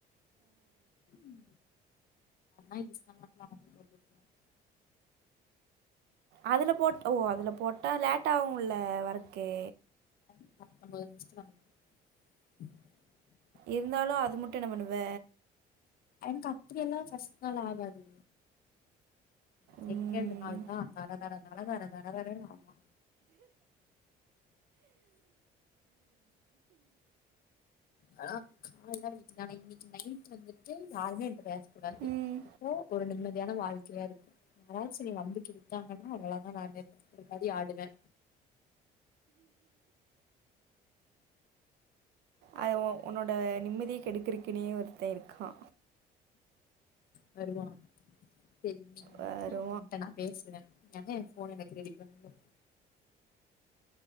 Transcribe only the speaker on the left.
ம் <unintelligible> இன்ஸ்டாமாட்ல ஆடரு போட்டுவுட்ருவே
<inaudible>
என்க்கு அப்படியெலா ஃபஸ்ட் நாள் ஆகாது செகண்ட்டு
நாள்தா தர தர தர தர தர தரேனு ஆமா ஆனா கால்லா வலிக்கிது ஆனா இன்னிக்கு நைட்டு வந்துட்டு யாருமே என்ட பேச கூடாது
அப்போ ஒரு நிம்மதியான வாழ்க்கயா இருக்கு யாராச்சு என்னிய வந்து கெடுத்தாங்கன்னா அவ்ளோதா நானு பேக்காதி ஆடுவே
வருவா சேரி வந்துட்டு
அவன்ட நா பேஸ் எங்க என் ஃபோன்ன எனக்கு ரெடி பண்ணு